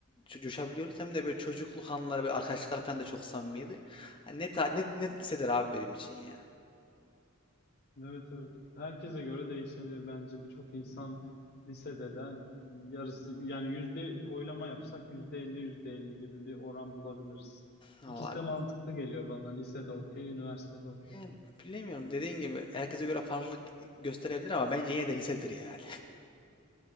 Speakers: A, on the left; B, on the left.
A: co- coşabiliyoruz hem de böyle çocukluk anıları böyle arkadaşlıklar falan da çok samimiydi. Hani net, ha- net, net lisedir abi benim için ya.
B: Evet evet. Herkese göre değişebilir bence. Birçok insan lisededen yarısı yani yüzde oylama yapsak yüzde elli yüzde elli gibi bir oran bulabiliriz.
A: Vallahi
B: İkisi de mantıklı geliyor bana. Lisede okey, üniversitede okey.
A: yani bilemiyorum dediğin gibi herkese göre farklılık gösterebilir ama bence yine de lisedir yani.